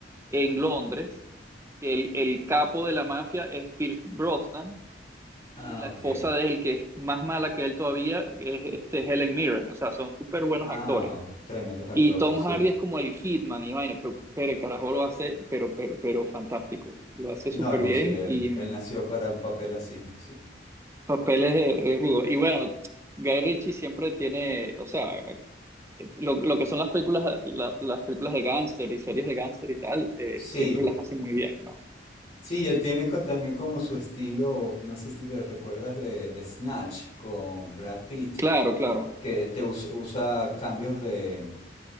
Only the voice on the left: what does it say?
Ah,
ok.
Ah,
tremendos actores,
sí.
No,
no,
sí, él,
él nació para un papel así, sí.
Sí,
sí, él tiene co- también como su estilo, no sé si te recuerdas de Snatch con Brad Pitt,
que te us- usa cambios de,